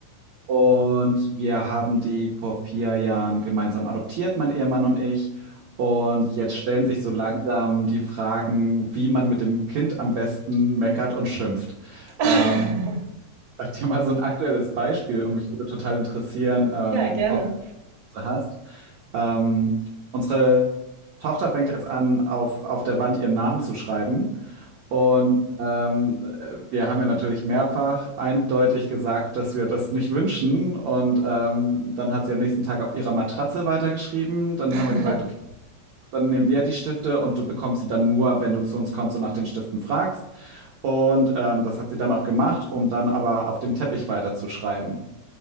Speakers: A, on the right; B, on the right.
A: und wir haben die vor vier Jahren gemeinsam adoptiert, mein Ehemann und ich. Und jetzt stellen sich so langsam die Fragen, wie man mit dem Kind am besten meckert und schimpft.
B: <laughs>
A: Ähm, Sag dir mal so ein aktuelles Beispiel und mich würde total interessieren, ähm,
B: Ja, gerne.
A: ob du hast. Ähm, unsere Tochter fängt jetzt an, auf, auf der Wand ihren Namen zu schreiben. Und ähm, wir haben ja natürlich mehrfach eindeutig gesagt, dass wir das nicht wünschen. Und ähm, dann hat sie am nächsten Tag auf ihrer Matratze weitergeschrieben. Dann
B: <laughs>
A: haben wir gesagt, okay, dann nehmen wir die Stifte und du bekommst sie dann nur, wenn du zu uns kommst und nach den Stiften fragst. Und ähm, das hat sie dann auch gemacht, um dann aber auf dem Teppich weiterzuschreiben.